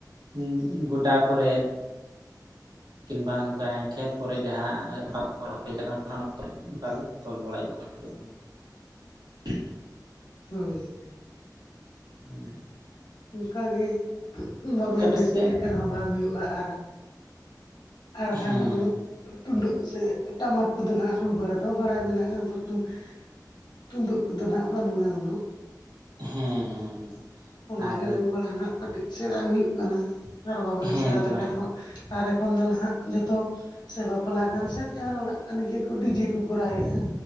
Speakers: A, on the right; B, on the left.
A: ᱩᱸ ᱜᱚᱰᱟ ᱠᱚᱨᱮᱫ ᱠᱤᱢᱵᱟ ᱱᱚᱝᱠᱟ ᱠᱷᱮᱛ ᱠᱚᱨᱮ ᱡᱟᱦᱟᱸ ᱵᱟᱠᱚ ᱨᱚᱦᱚᱭ ᱠᱟᱫᱟ ᱚᱱᱟ ᱚᱱᱟ ᱠᱚᱨᱮ ᱠᱟᱞᱮ ᱛᱚᱞ ᱵᱟᱲᱟᱭᱮᱫ ᱠᱚᱣᱟ᱾ <inaudible>
B: ᱦᱳᱭ᱾
A: ᱦᱳᱭ᱾
B: ᱚᱱᱠᱟᱜᱮ ᱵᱟᱵᱮᱱ
A: ᱟᱯᱮ
B: ᱨᱟᱹᱥᱠᱟᱹ
A: ᱥᱮᱫ
B: ᱞᱮᱠᱟᱱ ᱦᱚᱸ ᱵᱟᱝ ᱦᱩᱭᱩᱜᱼᱟ᱾ ᱟᱨ ᱟᱨ ᱦᱟᱱ
A: ᱦᱮᱸ
B: ᱩᱱᱟᱹᱜ ᱴᱩᱰᱫᱟᱹᱜ ᱥᱮ ᱴᱟᱢᱟᱠ ᱠᱚᱫᱚ ᱱᱟᱦᱟᱜ ᱨᱩ ᱵᱟᱲᱟ ᱫᱚ ᱵᱟᱲᱟᱭ ᱢᱮᱱᱟᱜᱼᱟ ᱟᱫᱚ ᱛᱩᱢ ᱛᱩᱢᱫᱟᱹᱜ ᱠᱚᱫᱚ ᱱᱟᱦᱟᱜ ᱵᱟᱹᱱᱩᱜᱼᱟ ᱩᱱᱟᱹᱜ᱾
A: ᱦᱮᱸ ᱦᱮᱸ ᱦᱮᱸ᱾
B: ᱚᱱᱟᱜᱮ
A: ᱟᱨ
B: ᱨᱩ ᱵᱟᱲᱟ ᱱᱟᱦᱜ ᱠᱟᱹᱴᱤᱡ ᱥᱮᱬᱟ ᱦᱩᱭᱩᱜ ᱠᱟᱱᱟ᱾ ᱟᱨ ᱵᱟᱵᱮᱱ
A: ᱦᱮᱸ
B: ᱥᱮᱬᱟ
A: ᱛᱚ
B: ᱞᱮᱠᱷᱟᱱ ᱦᱚᱸ ᱟᱨ ᱮᱠᱷᱚᱱ ᱫᱚ ᱱᱦᱟᱜ ᱡᱚᱛᱚ ᱥᱮ ᱵᱟᱯᱞᱟ ᱠᱟᱱ ᱥᱮᱱᱱ ᱡᱟᱦᱟᱱ ᱚᱲᱟᱜ ᱠᱟᱱ ᱜᱮᱭᱟ ᱠᱚ ᱰᱤᱡᱮ ᱠᱚ ᱠᱚᱨᱟᱣᱮᱫᱼᱟᱺ